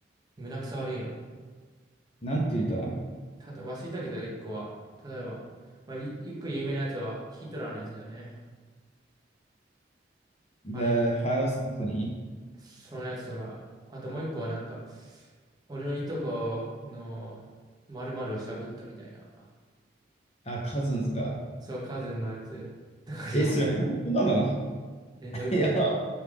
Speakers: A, on the right; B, on the left.
A: う、胸くそ悪いの。
B: なんていう歌
A: ただ、忘れたけど、一個は。例えば、まあ、い一個有名なやつはヒトラーのやつだよね。
B: ?The
A: あれ、
B: High Symphony?
A: そのやつとか、あともう一個はなんか、俺のいとこの〇〇をしゃぶったみたいな。
B: あ、Cousins か
A: そう、カズンのやつ。とか、いや、
B: え、それ本当なの
A: <laughs> え、
B: <laughs>
A: どういうこ
B: いや、